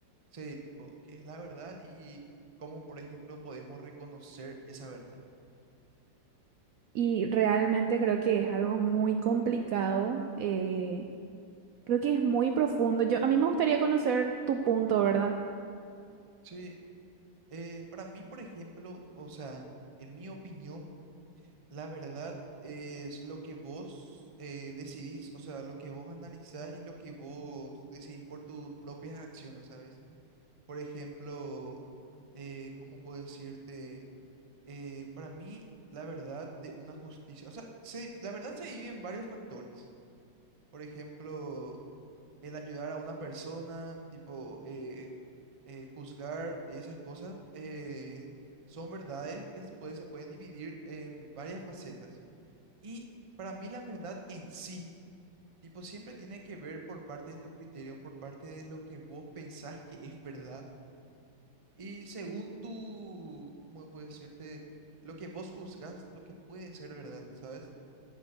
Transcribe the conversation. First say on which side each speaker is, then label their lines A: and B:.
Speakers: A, on the right; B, on the right.
A: Sí, tipo, qué es la verdad y cómo, por ejemplo, podemos reconocer esa verdad.
B: Y realmente creo que es algo muy complicado, eh, creo que es muy profundo. Yo, a mí me gustaría conocer tu punto, ¿verdad?
A: Sí, eh, para mí, por ejemplo, o sea, en mi opinión, La verdad es lo que vos eh, decidís, o sea, lo que vos analizás y lo que vos decidís por tus propias acciones, ¿sabes? Por ejemplo, eh, ¿cómo puedo decirte? Eh, para mí, la verdad de una justicia, o sea, se- la verdad se divide en varios factores. Por ejemplo, el ayudar a una persona, tipo, eh, eh, juzgar y esas cosas, eh, son verdades que se puede- se pueden dividir en varias facetas. Y para mí la verdad en sí, tipo, siempre tiene que ver por parte de tu criterio, por parte de lo que vos pensás que es verdad. Y según tu, ¿cómo puedo decirte? Lo que vos juzgás, lo que puede ser verdad, ¿sabes?